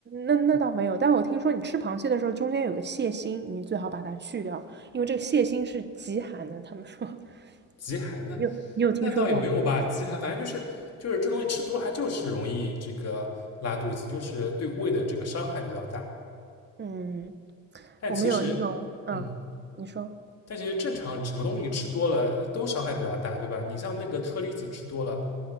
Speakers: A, on the right; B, on the left.
A: 那那倒没有，但我听说你吃螃蟹的时候，中间有个蟹心，你最好把它去掉，因为这个蟹心是极寒的。他们说，<laughs>
B: 极寒呢，
A: 你有你有听说过吗？
B: 那倒也没有吧，极寒反正就是就是这东西吃多了，它就是容易这个拉肚子，就是对胃的这个伤害比较大。
A: 嗯，
B: 但其实，
A: 我们有那种，嗯，
B: 嗯，
A: 你说。
B: 但其实正常什么东西吃多了都伤害比较大，对吧？你像那个车厘子吃多了，